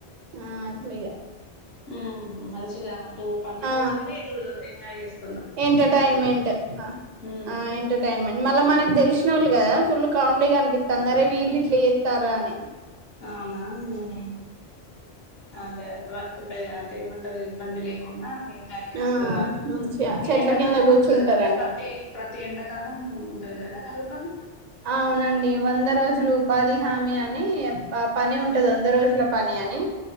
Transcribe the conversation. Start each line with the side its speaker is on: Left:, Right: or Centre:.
Right: ఆ అట్లేగా
Left: మ్ హో మంచిగా అటు పని
Right: ఆ
Left: అవుతుంది. ఇటు ఎంజాయ్ చేస్తు
Right: ఎంటర్టైన్మెంట్
Left: ఉమ్
Right: ఆ ఎంటర్టైన్మెంట్ మళ్ళ మనకి తెలిసి నోళ్ళు కదా ఫుల్ కామెడీగనిపిత్తాంది అరే వీళ్ళు ఇట్లాచేత్తారా అని
Left: అవునా మ్ హు అదే అదే వర్ క్ ప్రే అంటే ఏమంటారు ఇబ్బంది లేకుండా ఎంజాయ్ చెస్తున్నరు.
Right: ఆ మంచిగా చెట్ల
Left: ఈ ఎండకాలమే
Right: కింద కూర్చుంటారంట
Left: ఉంటది కదండి ప్రతి ప్రతి ఎండాకాలం ఉంట ది కదా కరువు పని
Right: అవునండి వంద రోజులు ఉపాధి హామీ అని అ పని ఉంటది వంద రోజుల పని అని